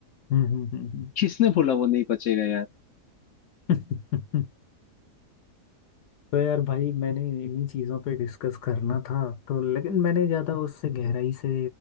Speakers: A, on the left; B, on the left.
A: हम्म हम्म हम्म, हम्म,
B: किसने बोला वो नहीं पचेगा यार
A: <laughs> हम्म, तो यार भाई मैंने इन्हीं चीज़ों पे डिस्कस करना था तो लेकिन मैंने ज़्यादा उससे गहराई से